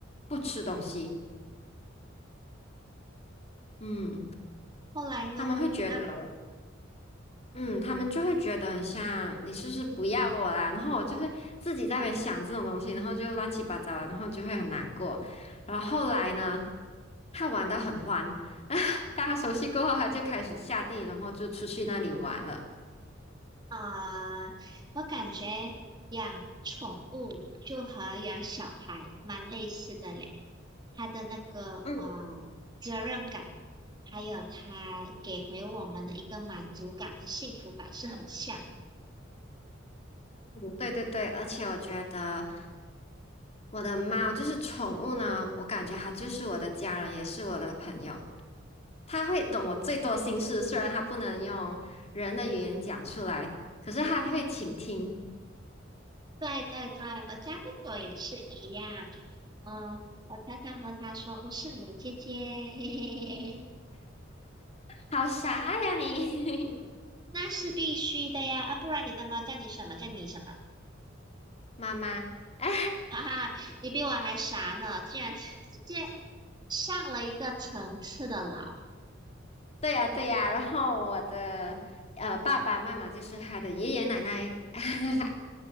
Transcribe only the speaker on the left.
不吃东西，嗯，
他们会觉得。
嗯，他们就会觉得很像你是不是不要我啦，然后我就会自己在那边想这种东西，然后就乱七八糟的，然后就会很难过。然后后来呢，他玩得很欢，<laughs> 大家熟悉过后，他就开始下地，然后就出去那里玩了。
嗯，
嗯对对对，而且我觉得我的猫就是宠物呢，我感觉它就是我的家人，也是我的朋友，它会懂我最多心事，虽然它不能用人的语言讲出来，可是它会倾听。
好傻呀你，
<laughs> 妈妈。<laughs> 哎，
对呀对呀，然后我的呃爸爸妈妈就是他的爷爷奶奶。<laughs>